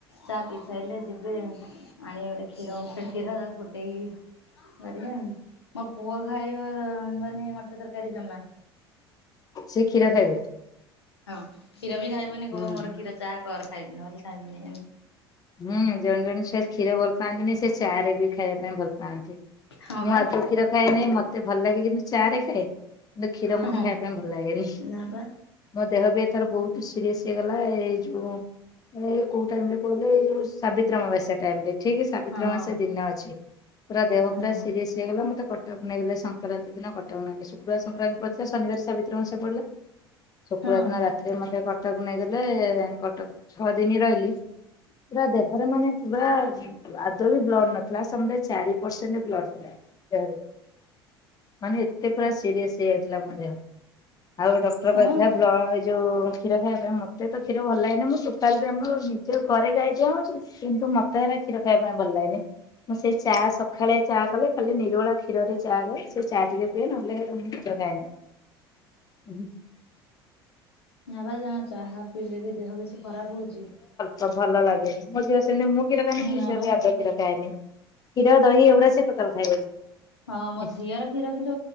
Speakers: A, on the left; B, on the left.
A: ଚା ପିଇମି। ସାଇଲେ ଯିବେ ଆଣିବେ ଗୋଟେ କ୍ଷୀର ଓମ୍ଫେଡ କ୍ଷୀର ତାକୁ ଫୁଟେଇ। କରିବା ମୋ ପୁଅ ଖାଇବ ବନି ମଟର ତରକାରୀ ଜମା।
B: ସେ କ୍ଷୀର ଖାଇବେ।
A: ହଁ କ୍ଷୀରବି ଖାଇବନି
B: ହୁଁ।
A: କହିବ ମୋର କ୍ଷୀର ଚାହା କର ଖାଇମି ନହେଲେ ଖାଇମିନି।
B: ହୁଁ ଜଣେ ଜଣେ ସେ କ୍ଷୀର ଭଲ ପାଆନ୍ତିନି ସେ ଚା ରେ ବି ଖାଇବା ପାଇଁ ଭଲ ପାଆନ୍ତି।
A: ହଁ
B: ମୁଁ
A: ବା
B: ଆଦୌ କ୍ଷୀର ଖାଏନି ମତେ ଭଲ ଲାଗେ କିନ୍ତୁ ଚା ରେ ଖାଏ। କି କ୍ଷୀର
A: ହଁ
B: ମତେ ଖାଇବା ପାଇଁ ଭଲ ଲାଗେନି।
A: ନା ବା
B: ମୋ ଦେହ ବି ଏଥର ବହୁତ ସିରିଏସ ହେଇଗଲା ଏଇ ଯୋଉ ଏ କଉ ଟାଇମ୍ ରେ କହିଲେ ଏଇ ଯଉ ସାବିତ୍ରୀଅମାବାସ୍ୟା ଟାଇମ ରେ ଠିକ୍ ସାବିତ୍ରୀଅମାବାସ୍ୟା
A: ହଁ
B: ଦିନ ଅଛି। ପୁରା ଦେହ
A: ହଁ
B: ପୁରା ସିରିଏସ ହେଇଗଲା ମତେ କଟକ ନେଇଗଲେ ସଂକ୍ରାନ୍ତି ଦିନ କଟକ ନେଲେ ସୁ ପୁରା ସଂକ୍ରାନ୍ତି ପଡିଥିଲା ଶନିବାର ସାବିତ୍ରି ଅମାବାସ୍ୟା ପଡିଲା। ଶୁକ୍ରବାର
A: ହଁ
B: ଦିନ ରାତିରେ ମତେ କଟକ ନେଇଗଲେ କଟକ ଛଅ ଦିନି ରହିଲି। ପୁରା ଦେହରେ ମାନେ ପୁରା। ଆଦୌ ବି ବ୍ଲଡ ନଥିଲା ସମୁଦାଏ ଚାରି ପରସେଣ୍ଟ ବ୍ଲଡ ଥିଲା ଦେହରେ। ମାନେ ଏତେ ପୁରା ସିରିଏସ ହେଇଯାଇଥିଲା ମୋ ଦେହ। ଆଉ ଡକ୍ଟର
A: ହଁ
B: କହିଥିଲା ବ୍ଲ ଏଇ ଯୋଉ କ୍ଷୀର ଖାଇବା ପାଇଁ ମତେ ତ କ୍ଷୀର ଭଲ ଲାଗେନି ମୁଁ ଟୋଟାଲ। ତେ ଆମ ନିଜ ଘରେ ଗାଈ ଦୁହାଁ ହଉଚି କିନ୍ତୁ ମ ମତେ ହେରା କ୍ଷୀର ଖାଇବା ପାଇଁ ଭଲ ଲାଗେନି ମୁଁ ସେଇ ଚା ସକାଳେ ଚା କଲେ ଖାଲି ନିରୋଳା। କ୍ଷୀରରେ ଚା ହୁଏ ସେ ଚା ଟିକେ ପିଏ ନହେଲେ ଉ କ୍ଷୀର ଖାଏନି ହୁଁ।
A: ନା ବା ଜମା ଚାହା ପିଇଲେ ବି ଦେହ ବେଶୀ ଖରାପ ହଉଚି।
B: ତ ଭଲ ଲାଗେନି ମୋ ଝିଅ ସେମିତି ମୁଁ ଖୀର ଖାଏନି
A: ହୁଁ
B: ମୁଁ
A: ନା
B: ଝିଅ
A: ବା।
B: ବି ଆଦୌ କ୍ଷୀର ଖାଏନି। କ୍ଷୀର ଦହି ଏଉଡା ସେ ଟୋଟାଲ ଖାଇବନି।
A: ହଁ ମୋ ଝିଅର କ୍ଷୀର କିନ୍ତୁ